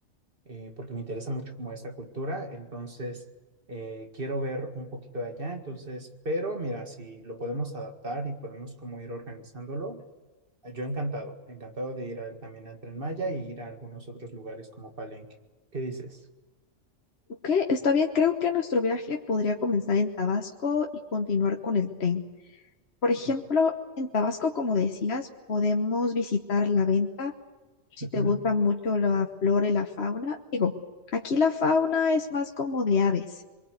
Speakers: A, on the right; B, on the left.
A: eh, porque me interesa mucho como esta cultura, entonces eh, quiero ver un poquito de allá, entonces, pero mira, si lo podemos adaptar y podemos como ir organizándolo, eh, yo encantado, encantado de ir al- también al Tren Maya y ir a algunos otros lugares como Palenque. ¿Qué dices?
B: Ok, está bien, creo que nuestro viaje podría comenzar en Tabasco y continuar con el tren. Por ejemplo,
A: Ok.
B: en Tabasco, como decías, podemos visitar la venta si
A: Ujú.
B: te gusta mucho la flora y la fauna, digo, aquí la fauna es más como de aves.